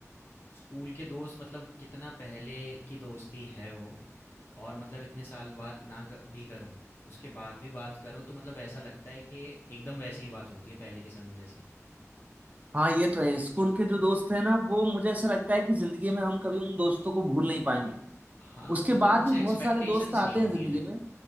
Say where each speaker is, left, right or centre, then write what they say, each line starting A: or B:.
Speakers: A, on the left; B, on the right.
A: स्कूल के दोस्त मतलब कितना पहले की दोस्ती है वो और मतलब इतने साल बात ना क- भी करो उसके बाद भी बात करो तो मतलब ऐसा लगता है कि एकदम वैसी ही बात होती है पहले के समय जैसी
B: हाँ, ये तो है स्कूल के जो दोस्त हैं ना वो मुझे ऐसा लगता है कि जिंदगी में हम कभी उन दोस्तों को भूल नहीं पाएंगे
A: हाँ
B: उसके
A: और मतलब
B: बाद
A: उनसे
B: भी बहुत
A: एक्सपेक्टेशंस
B: सारे दोस्त
A: नहीं
B: आते
A: होती
B: हैं जिंदगी
A: हैं
B: में